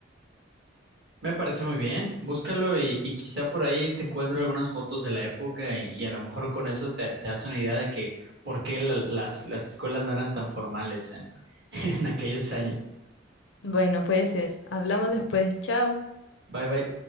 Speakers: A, on the right; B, on the left.
A: Me parece muy bien, búscalo y, y quizá por ahí te encuentro algunas fotos de la época y, y a lo mejor con eso te, te das una idea de que por qué la- las, las escuelas no eran tan formales en, <laughs> en aquellos años.
B: Bueno, puede ser. Hablamos después. Chao.
A: Bye bye.